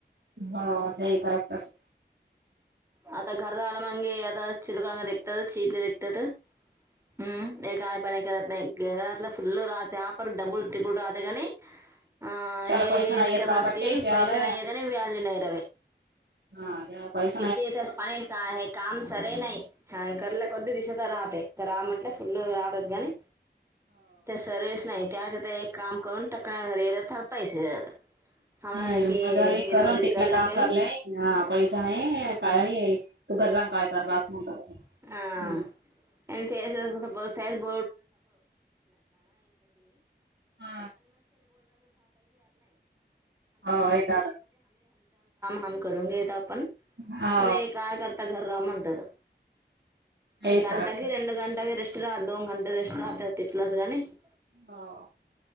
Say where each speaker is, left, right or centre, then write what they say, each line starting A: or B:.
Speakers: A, on the right (about 80°); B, on the right (about 15°).
A: हो. ते करा तस.
B: आता घर्रआल्या मागे, आता चिलकग देखतात. चीप देखतात. हम्म. एक काय पणे करत नाही. गला फुल्ल राते, आपर डबुल- तिबल राते काणी अ
A: त्याला
B: हे
A: पैसे
B: हेच
A: नाही आहेत
B: करणारस
A: काबट्टी
B: की
A: त्याला
B: पैसे नाही आहेेत. नाही वॅल्यू नाही रवे.
A: हा त्या पैस
B: किती तर फणे काय है काम. सरे नाही. ह कर्ला कोद दिशे तर राहते. त राव म्हटे फुल् रातात गणी त्या सरेच नाही. त्याच आता एक काम करून टाकण्या घरी थरपायचे. <unintelligible>
A: हम्म जरी करून तिथलं काम <unintelligible>
B: हा <unintelligible> <unintelligible> काम
A: हा हो एक
B: हम करून गेेता पण
A: हा.
B: अं कायकर्ता घरातलं
A: हे
B: एक गंट
A: करत
B: की रे गंटा कं रं राहतं दोन घंटं रेस्ट राहतांत तिथलाच गं नाहीं
A: हो